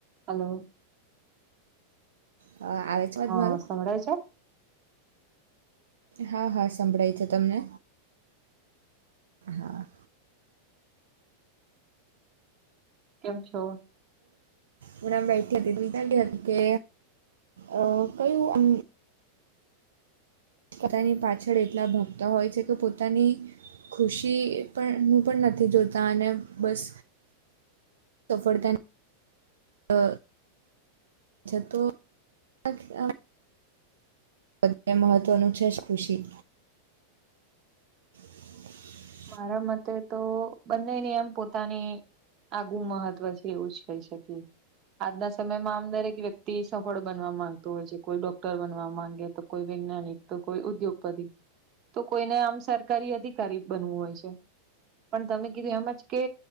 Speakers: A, on the right; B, on the right.
A: Hello
B: હ આવે છે અવાજ
A: હ
B: મારો
A: સંભડાય છે?
B: હા હા સંભળાય છે તમને? હા
A: કેમ છો?
B: હમણા બેઠી હતી દ્તા કે હતી કે અ કયુંમ પોતાની પાછળ એટલા ભાગતા હોય છે કે પોતાની ખુશી પણ હું પણ નથી જોતા અને બસ ત ફળત ન અ અછ તો અન બધને મહત્વનું છે જ ખુશી <inaudible>
A: મારા મતે તો બંનેને એમ પોતાની આગું મહત્વ છે એવું જ કહી શકીએ આજના સમયમાં આમ દરેક વ્યક્તિ સફળ બનવા માંગતો હોય છે કોઈ ડોક્ટર બનવા માંગે તો કોઈ વૈજ્ઞાનિક તો કોઈ ઉદ્યોગપતિ તો કોઈને આમ સરકારી અધિકારી બનવું હોય છે પણ તમે કીધું એમ જ કે